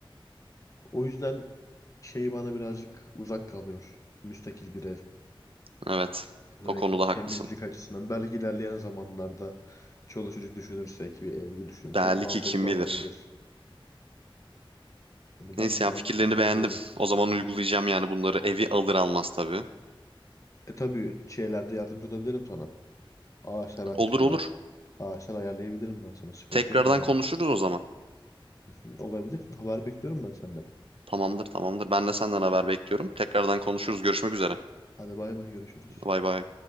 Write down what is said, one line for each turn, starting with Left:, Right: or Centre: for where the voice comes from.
Left: O yüzden şeyi bana birazcık uzak kalıyor. Müstakil bir ev.
Right: Evet,
Left: Özellikle
Right: o konuda
Left: temizlik
Right: haklısın.
Left: açısından. Belki ilerleyen zamanlarda çoluk çocuk düşünürsek, bir evli düşünürsek
Right: Belki
Left: mantıklı
Right: kim
Left: olabilir.
Right: bilir.
Left: Yani ben
Right: Neyse
Left: şu
Right: ya fikirlerini
Left: anlık öyle düşünüyorum.
Right: beğendim. O zaman uygulayacağım yani bunları evi alır almaz tabii.
Left: E tabii şeylerde yardımcı olabilirim sana. Ağaçlar hakkında.
Right: Olur olur.
Left: Ağaçlar ayarlayabilirim ben sana. Sıkıntı
Right: Tekrardan
Left: yok onda.
Right: konuşuruz o zaman.
Left: <laughs> Olabilir. Haber bekliyorum ben senden.
Right: Tamamdır tamamdır. Ben de senden haber bekliyorum. Tekrardan konuşuruz. Görüşmek üzere.
Left: Hadi bay bay görüşürüz.
Right: Bay bay.